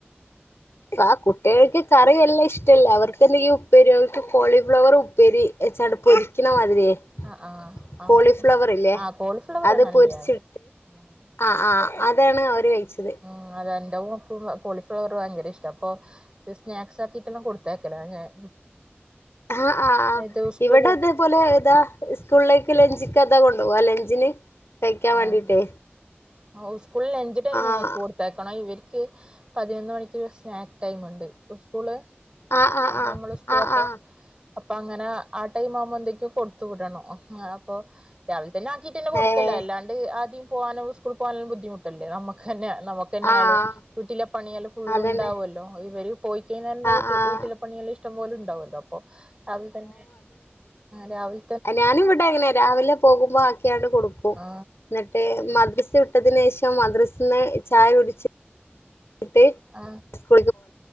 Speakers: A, on the left; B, on the right.
A: ആഹാ കുട്ടികൾക്ക് കറി എല്ലാഷ്ടല്ല, അവർക്കെന്തെങ്കി- ഉപ്പേരികൾക്ക്, കോളിഫ്ലവർ ഉപ്പേരി. എച്ചാണ്ട് പൊരിക്ക്ണ മാതിരിയേ-
B: ആ ആ ആ
A: കോളിഫ്ലവർ ഇല്ലേ
B: ആ കോളിഫ്ലവർ
A: അത്
B: നല്ലയാണ്
A: പൊര്ച്ച്. ആഹാ ആഹാ അതാണ് അവര് കഴിച്ചത്.
B: ഉം അതെന്റെമോക്കും കോളിഫ്ലവർ ഭയങ്കര ഇഷ്ടപ്പോ. രുസ്നാക്സ് ആക്കിട്ടെല്ലാം കൊടുത്തേക്കല ഞാൻ.
A: ആഹാ ആഹാ ആഹാ
B: ഇത് സ്കൂള്
A: ഇവടത്, അത്പോലെ താ സ്കൂളിലേക്ക് ലഞ്ച്ക്കതാ കൊണ്ടൊവാ ലഞ്ചിന് കഴിക്കാൻ
B: ആഹ്
A: വേണ്ടിട്ടേ
B: ഉസ്കൂളെ ലഞ്ച് ടൈമിങ്ങക്ക
A: ആഹ്
B: കൊട്- തെക്കണം ഇവര്ക്ക് പതിനൊന്ന് മണിക്ക് സ്നാക്ക് ടൈംമ്ണ്ട്. സ്കൂള്
A: ആഹ് ആഹ്
B: നമ്മള സ്കൂളപ്പൊ
A: ആഹ് ആഹ് ആഹ്
B: അപ്പൊ അങ്ങനെ ആ ടൈം ആവുമ്പോ എന്തേക്കും കൊട്ത്തു വിടണോ അപ്പൊ രാവിൽ തന്നെ ആക്കീട്ട് തന്നെ കൊട്ക്കല്ലെ
A: ഏഹ്
B: അല്ലാണ്ട് ആദ്യം പോവാനോ സ്കൂൾ പോവാനും ബുദ്ധിമുട്ടല്ലേ നമ്മക്ക് തന്നെ നമ <unintelligible>
A: ആഹ്
B: വീട്ടിലെ പണിയെല്ലാം ഫുള്ള്
A: അതന്നെ
B: ഉണ്ടാവൊല്ലോ ഇവര് പോയി കഴിഞ്ഞ ല്
A: ആഹ് ആഹ്
B: വീട്ടില പണിയള് ഇഷ്ടം പോലും ഉണ്ടാവൊല്ലോ അപ്പൊ രാവിൽ തന്നെ രാവിൽ
A: ഞാനും ഇവിടെ അങ്ങനെ രാവിലെ പോകുമ്പോ ആക്കിയാണ്ട് കൊടുക്കും
B: ആ
A: ന്നട്ട് മദ്രസ് വിട്ടതിന് ശേഷം മദ്രസ്ന്ന് ചായ കുടിച്ച് <unintelligible>
B: ആ